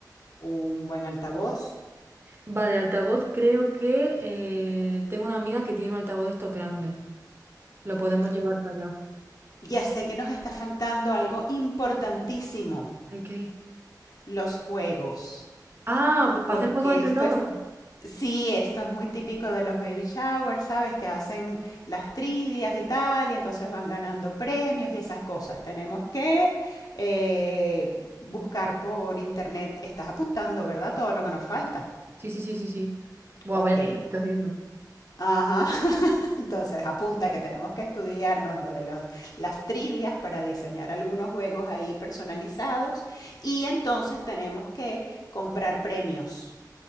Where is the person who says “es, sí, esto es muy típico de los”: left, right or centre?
Left